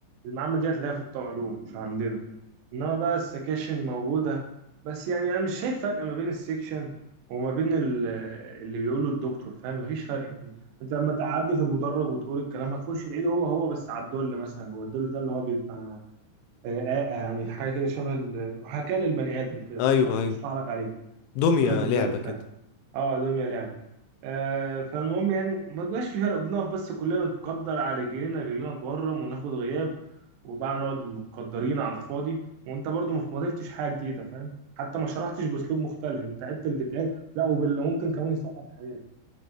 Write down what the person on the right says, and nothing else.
المعامل دي هتلاقيها في الطوعلوم مش عندنا انما بقى السكاشن موجوده بس يعني انا مش شايف فرق ما بين السكشن وما بين ال- اللي بيقوله الدكتور فاهم مفيش فرق يعني انت لما تقعدني في المدرج وتقول الكلام هتخش تعيده هو هو بس على الدل مثلا جوه الدل ده اللي هو بيبقى آه، آه، يعني حاجه كده شبه ال- محاكاه للبني ادم كده
فاهم عشان
يشرح لك عليه
كليه طبيه
وبتاع
اه دمية لعبة آه فالمهم يعني ما بيبقاش في فرق بنقف بس كلنا نتقدر على رجلينا رجلينا تورم وناخد غياب وبقى نقعد متقدرين على الفاضي وانت برضو ما ما ضفتش حاجة جديدة فاهم حتى ما شرحتش باسلوب مختلف انت عدت اللي اتقال لا وباللي ممكن كمان يسقط حاجات